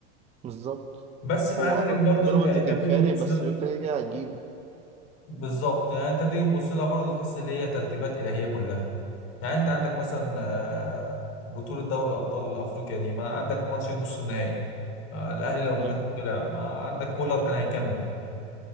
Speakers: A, on the right; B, on the left.
A: بالظبط
B: بس مع
A: هو
B: ذلك
A: آه
B: برضو
A: بيراميدز
B: انت انت
A: كان
B: بتيجي
A: فارق
B: تبص
A: بس انت كده كده هتجيبه
B: بالظبط يعني انت بتيجي تبص لها برضه تحس ان هي ترتيبات الهيه كلها يعني انت عندك مثلا آه، بطوله دوري الابطال الافريقيا دي ما عندك ماتش نص النهائي آه، الاهلي لو
A: يعني
B: ما كانش طلع ما عندك كولر كان هيكمل